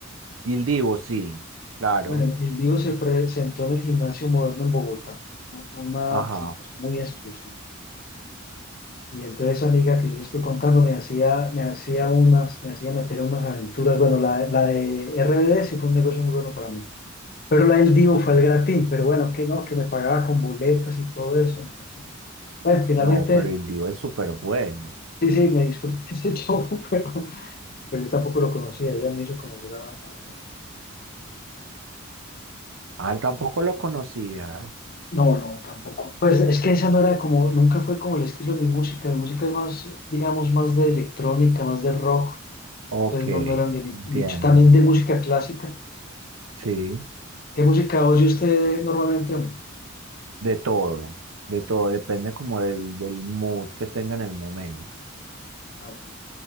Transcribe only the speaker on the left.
Bueno, el Divo se presentó en el Gimnasio Moderno en Bogotá, u- una
presentación muy exclusiva. Y entonces esa amiga que yo le estoy contando me hacía, me hacía unas, me hacía meter unas aventuras. Bueno, la, la de RBD sí fue un negocio muy bueno para mí. Pero la del Divo fue el gratín, pero bueno, que no, que me pagaba con boletas y todo eso. Entonces, bueno, finalmente,
sí, sí, me disfruté <laughs> ese show, pero, pero yo tampoco lo conocía. Ella me hizo conocer a, a-
No, no, tampoco. Pues es que esa no era como, nunca fue como el estilo de mi música. Mi música es más, digamos, más de electrónica, más de rock.
Entonces no, no eran de mi
nicho. También de música clásica.
¿Qué música oye usted normalmente, hombre?
Ah, ok.